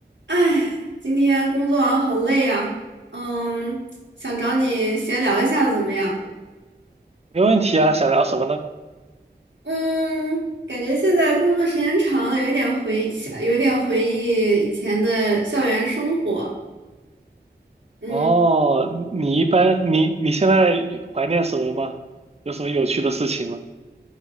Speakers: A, on the right; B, on the right.
A: 哎，今天工作完好累呀，嗯，想找你闲聊一下怎么样？
B: 没问题啊，想聊什么呢？
A: 嗯，感觉现在工作时间长了，有一点回想，有一点回忆以前的校园生活。嗯
B: 哦，你一般你你现在怀念什么吗？有什么有趣的事情吗？